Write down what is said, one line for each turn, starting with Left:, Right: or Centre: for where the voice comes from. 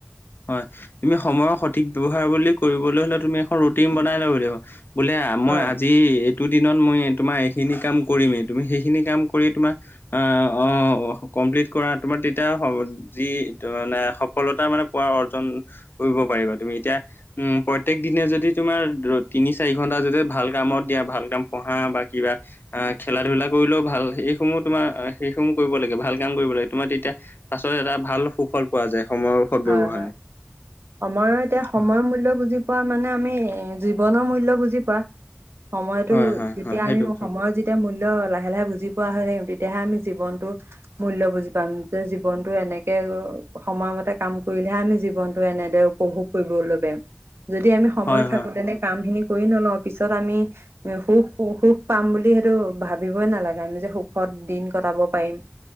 Left: হয়, তুমি সময়ৰ সঠিক ব্যয়ৱহাৰ বুলি কৰিবলৈ হ'লে তুমি এখন ৰুটিন বনাই ল'ব লাগিব। বোলে মই
Right: হয়
Left: আজি টো দিনত মই তোমাৰ এইখিনি কাম কৰিমেই, তুমি সেইখিনি কাম কৰি তোমাৰ অ', অ' কমপ্লিট কৰা, তোমাৰ তেতিয়া যি মানে সফলতা মানে পুৰা অৰ্জন কৰিব পাৰিবা। তুমি এতিয়া উম, প্ৰত্যেক দিনে যদি তোমাৰ তিনি চাৰি ঘন্টা যদি ভাল কামত দিয়া, ভাল কাম পঢ়া বা কিবা অ' খেলা ধূলা ক কৰিলেও ভাল। এইসমূহ তোমাৰ সেইসমূহ কৰিব লাগে, ভাল কাম কৰিব লাগে। তোমাৰ তেতিয়া আচলতে এটা ভাল সুফল পোৱা যায়। সময়ৰ সদ
Right: হয়,
Left: ব্যৱহাৰে।
Right: হয় সময়ৰ এতিয়া সময়ৰ
Left: হয়
Right: মূল্য বুজি পোৱা মানে আমি জীৱনৰ মূল্য বুজি পোৱা। সময়তো
Left: হয় হয়
Right: যেতিয়া
Left: হয় সেইটো
Right: আমি
Left: কথাটো
Right: সময়ত যি তেতিয়া মূল্য লাহে লাহে বুজি পোৱা হৈ আহিম, তেতিয়াহে আমি জীৱনটো মূল্য বুজি পাম। যে জীৱনতটো এনেকে সময়মতে কাম কৰিলেহে আমি জীৱনটো এনেদৰে উপভোগ কৰিবলৈ পাৰিম। যদি আমি সময়
Left: হয়
Right: থাকো
Left: হয়
Right: তেনে কাম খিনি কৰি নলওঁ, পিছত আমি সুখ সুখ পাম বুলি সেইটো ভাবিবই নালাগে, আমি যে সুখত দিন কটাব পাৰিম।